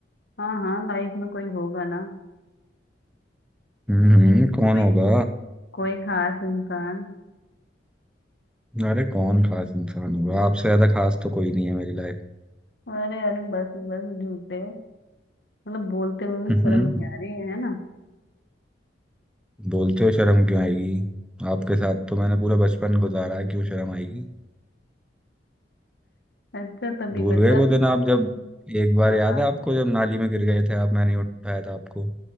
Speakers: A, on the left; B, in the centre.
A: हाँ हाँ लाइफ में कोई होगा ना
B: हम्म हम्म, कौन
A: कोई
B: होगा
A: कोई खास इंसान
B: अरे कौन खास इंसान होगा आपसे ज्यादा खास तो कोई नहीं है मेरी लाइफ
A: अरे अरे बस बस झूठे मतलब बोलते हुए भी
B: हम्म
A: शर्म
B: हम्म।
A: नहीं आ रही है है ना
B: बोलते हो शर्म क्यों आएगी आपके साथ तो मैंने पूरा बचपन गुजारा है क्यों शर्म आएगी
A: अच्छा तभी
B: भूल
A: बेटा
B: गए
A: तुम
B: वो दिन आप जब एक बार
A: हाँ
B: याद
A: हाँ,
B: है आपको जब नाली में गिर गए थे आप मैंने ही उठाया था आपको